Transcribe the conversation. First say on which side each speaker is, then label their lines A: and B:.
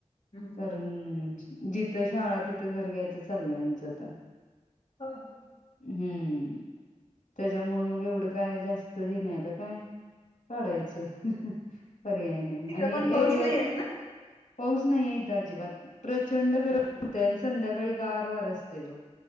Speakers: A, on the left (about 50°); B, on the left (about 90°).
A: हम्म.
B: कारण, जिथं शाळा तिथं घर घ्यायचं चालंय आमचं आता.
A: हो हो हो
B: हम्म. त्यांच्यामुळे मग एवढं काय, जास्त हे नाही आता काय पाडायचं. पर्याय नाही
A: तिकडे
B: आणि
A: पण पाऊस
B: एरिया,
A: नाहीयेच ना?
B: पाऊस नाही ये इथं, अजिबात प्रचंड गरम
A: हम्म.
B: होतंय आणि संध्या गार वार असतय बघ,